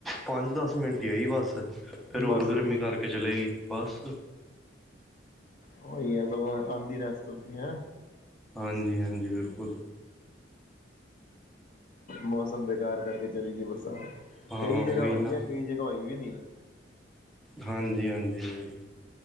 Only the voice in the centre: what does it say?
ਪੰਜ ਦਸ ਮਿੰਟ ਹੀ ਆਈ ਬੱਸ ਫਿਰ ਹੋਰ
ਗਰਮੀ ਕਰਕੇ ਚਲੇ ਗਈ। ਬਸ,
ਹਾਂਜੀ ਹਾਂਜੀ ਬਿਲਕੁਲ
ਹਾਂ
ਉਹੀ
ਨਾ
ਹਾਂਜੀ ਹਾਂਜੀ